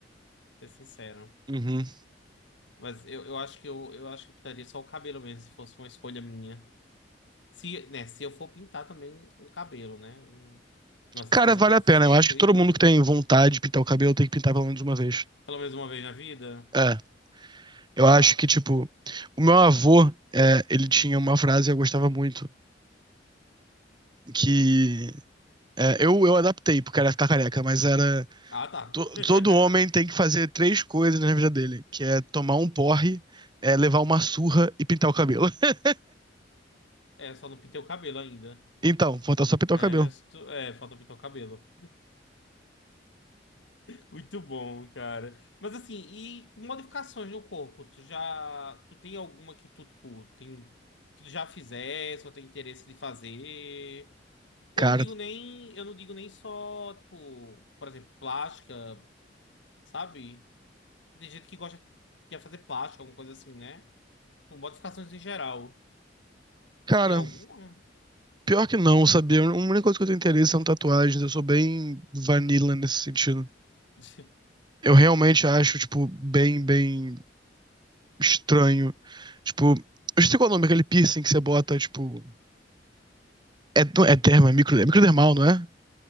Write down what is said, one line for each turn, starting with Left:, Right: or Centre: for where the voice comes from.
Left: pra ser sincero.
Right: Uhum.
Left: Mas eu, eu acho que eu, eu acho que eu pintaria só o cabelo mesmo, se fosse uma escolha minha. Se, né, se eu for pintar também o cabelo, né? Um- Uma certeza
Right: Cara, vale
Left: que eu
Right: a
Left: sei
Right: pena. Eu acho
Left: que
Right: que
Left: eu
Right: todo
Left: iria.
Right: mundo que tem vontade de pintar o cabelo tem que pintar pelo menos uma vez.
Left: Pelo menos uma vez na vida?
Right: É. Eu
Left: Tá.
Right: acho que, tipo, o meu avô, é, ele tinha uma frase que eu gostava muito, que é, eu, eu adaptei, porque era ficar careca, mas era
Left: Ah, tá.
Right: to-
Left: <laughs>
Right: todo homem tem que fazer três coisas na vida dele, que é tomar um porre, é, levar uma surra e pintar o cabelo. <laughs>
Left: É, só não pintei o cabelo ainda.
Right: Então, falta
Left: O
Right: só pintar
Left: resto,
Right: o cabelo.
Left: é, falta pintar o cabelo. Muito bom, cara. Mas assim, e modificações no corpo? Tu já. Tu tem alguma que tu, tipo, tem. Que tu já fizesse ou tem interesse de fazer?
Right: Cara,
Left: Eu não digo nem. Eu não digo nem só, tipo, por exemplo, plástica, sabe? Tem gente que gosta de fazer plástica, alguma coisa assim, né? Tipo, modificações em geral.
Right: cara,
Left: Tem alguma?
Right: pior que não, sabia? A única coisa que eu tenho interesse são tatuagens, eu sou bem vanilla nesse sentido.
Left: <laughs>
Right: Eu realmente acho, tipo, bem, bem estranho. Tipo, eu sei qual é o nome, aquele piercing que você bota, tipo. É, não é derma, é micro, é microdermal, não é?